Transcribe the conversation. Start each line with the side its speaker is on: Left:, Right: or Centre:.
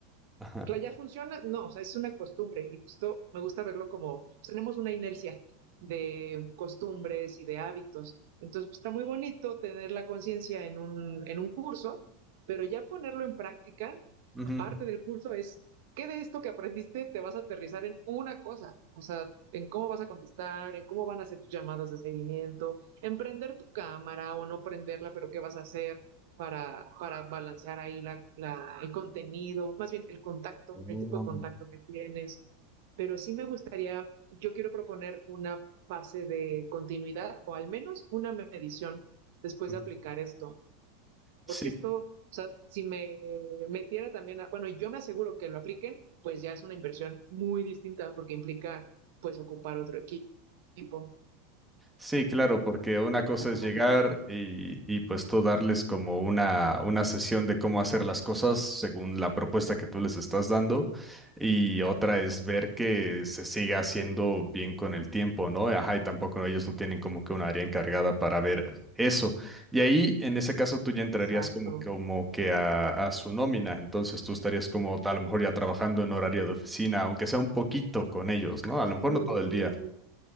Centre: Ajá.
Right: ya funciona, no, o sea, es una costumbre y justo me gusta verlo como pues, tenemos una inercia de costumbres y de hábitos. Entonces pues, está muy bonito tener la conciencia en un, en un curso, pero ya ponerlo en práctica,
Centre: Ujú.
Right: aparte del curso, es qué de esto que aprendiste te vas a aterrizar en una cosa, o sea, en cómo vas a contestar, en cómo van a ser tus llamadas de seguimiento, en prender tu cámara o no prenderla, pero qué vas a hacer, para, para balancear ahí la, la, el contenido, más bien el contacto,
Centre: Oh.
Right: el tipo de contacto que tienes. Pero sí me gustaría, yo quiero proponer una fase de continuidad o al menos una medición después
Centre: Ujú.
Right: de aplicar esto,
Centre: Sí,
Right: porque esto, o sea, si me metiera también, a, bueno, yo me aseguro que lo apliquen, pues ya es una inversión muy distinta porque implica pues ocupar otro equipo, o
Centre: Sí, claro, porque una cosa
Right: sea, como...
Centre: es llegar y, y pues tú darles como una, una sesión de cómo hacer las cosas según la propuesta que tú les estás dando y otra es ver que se siga haciendo bien con el tiempo, ¿no? Ajá, y tampoco ellos no tienen como que un área encargada para ver eso. Y ahí, en ese caso, tú ya entrarías
Right: Exacto.
Centre: como, como que a, a su nómina, entonces tú estarías como a lo mejor ya trabajando en horario de oficina, aunque sea un poquito con ellos, ¿no? A lo mejor
Right: Um,
Centre: no todo el día.